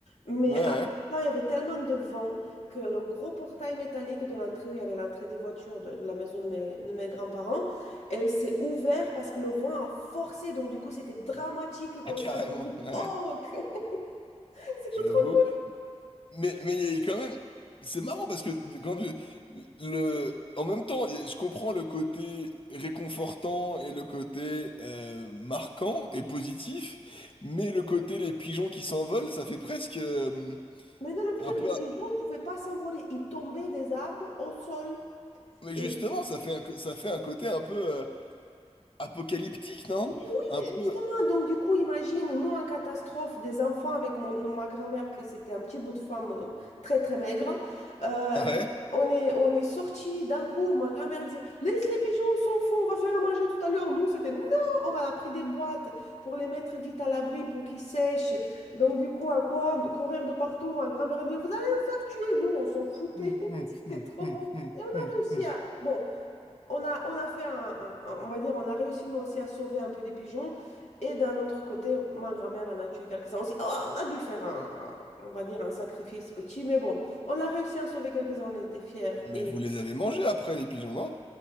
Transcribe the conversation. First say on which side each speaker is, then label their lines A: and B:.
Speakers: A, on the left; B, on the left.
A: Mais
B: Ouais,
A: à
B: ouais.
A: la fin, il y avait tellement de vent que le gros portail métallique de l'entrée où il y avait l'entrée des voitures de, de la maison de mes, de mes grands-parents, elle s'est ouverte parce que le vent a forcé, donc du coup c'était dramatique comme
B: Ah, carrément,
A: ça. dans le
B: ouais.
A: poc <laughs> C'était
B: J'avoue.
A: trop cool.
B: Mais, mais il y a quand même, c'est marrant parce que de- quand je- le, en même temps, il y a- je comprends le côté réconfortant et le côté euh, marquant et positif, mais le côté les pigeons qui s'envolent, ça fait presque euh,
A: Maintenant, le pire,
B: un peu,
A: les pigeons ne pouvaient pas s'envoler. Ils tombaient des arbres au sol.
B: mais
A: Et
B: justement, ça fait un, co- ça fait un côté un peu euh, apocalyptique, non?
A: Mais oui,
B: Un peu,
A: Justin. Donc, du coup, imagine, nous, en catastrophe, des enfants avec mon, ma grand-mère, que c'était un petit bout de femme euh, très, très maigre. Euh,
B: ouais.
A: on est, on est sortis d'un coup. Ma grand-mère disait, Laisse les pigeons, on s'en fout, on va faire à manger tout à l'heure. Nous, c'était non, on a pris des boîtes pour les mettre vite à l'abri pour qu'ils sèchent. Donc, du coup, à quoi courir de partout. Ma grand-mère disait, Vous allez me faire tuer. Nous, on s'en foutait.
B: Hum, hum,
A: <laughs> C'était
B: hum,
A: trop
B: hum,
A: bon.
B: hum,
A: Et on a
B: hum,
A: réussi
B: hum.
A: à. Bon, on a, on a fait un, un- on va dire, on a réussi nous aussi à sauver un peu des pigeons. Et d'un autre côté, ma grand-mère en a tué quelques-uns aussi. Oh, on a dû faire un, on va dire, un sacrifice petit, mais bon, on a réussi à en sauver quelques-uns, on était fiers.
B: Mais
A: Et
B: vous les avez mangés après les pigeons, non?